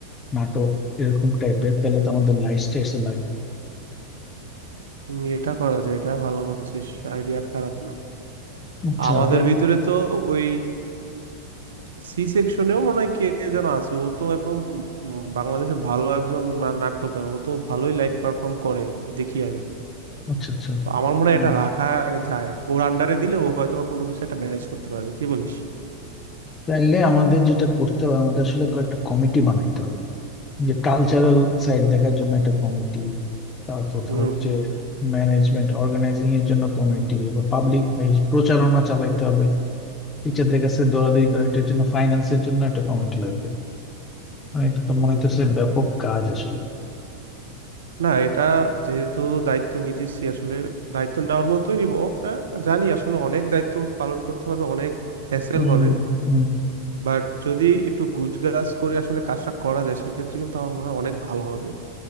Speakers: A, on the left; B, on the right.
A: নাটক এরকম টাইপের তাহলে তো আমাদের লাইট স্টেজ লাগবে
B: উম, এটা করা যায় এটা ভালো বলছিস আইডিয়া খারাপ না
A: আচ্ছা
B: আমাদের
A: তাইলে
B: ভিতরে তো ওই সি সেকশনেও মনে হয় কে যেন আছে ও তো একদম উম, বাংলাদেশের ভালো একজন না- নাট্যকার ও তো ভালোই লাইভ পারফর্ম করে দেখি আমি
A: আচ্ছা আচ্ছা
B: তো আমার মনে
A: হুম,
B: হয় এটা রাখা যায় ওর আন্ডারে দিলে ও হয়তো বা কোনো কিছু একটা ম্যানেজ করতে পারবে কি বলিস
A: তাইলে আমাদের যেটা করতে হবে আমাদের আসলে কয়েকটা কমিটি বানাইতে হবে যে কালচারাল সাইড দেখার জন্য একটা কমিটি তারপর
B: হুম
A: ধর
B: হুম
A: যে ম্যানেজমেন্ট অর্গানাইজিং এর জন্য কমিটি আবার পাবলিক এই প্রচারণা চালাইতে হবে টিচারদের কাছে দৌড়াদৌড়ি করা এটার জন্য ফাইন্যান্সের জন্য একটা কমিটি লাগবে মানে এটা তো মনে
B: হুম
A: হচ্ছে ব্যাপক কাজ আসলে
B: না এটা যেহেতু দায়িত্ব নিতেছি আসলে দায়িত্ব নেওয়ার মতোই নিব আহ, জানি আসলে অনেক দায়িত্ব পালন করতে হবে অনেক হ্যাসেল
A: হুম
B: হবে
A: হুম
B: বাট যদি একটু গুজগাজ করে আসলে কাজটা করা যায় সেক্ষেত্রে কিন্তু আমার মনে হয় অনেক ভালো হবে